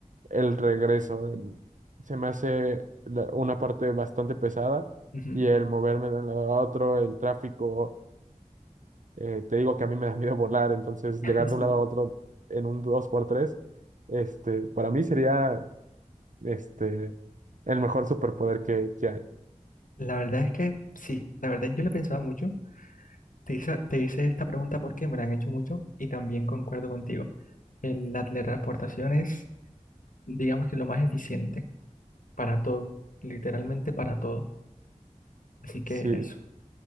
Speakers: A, on the right; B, on the left.
A: el regreso. Em, Se me hace la- una parte bastante pesada
B: ujú,
A: y el moverme de un lado a otro, el tráfico, eh, te digo que a mí me da miedo volar, entonces
B: <laughs>
A: llegar
B: sí.
A: de un lado a otro en un dos por tres este, para mí sería este, el mejor superpoder que, que hay.
B: La verdad es que sí, la verdad yo lo he pensado mucho. Te hice, te hice esta pregunta porque me la han hecho mucho y también concuerdo contigo. El- La teletransportación es, digamos que lo más eficiente para todo, literalmente para todo. Así que
A: Sí.
B: eso,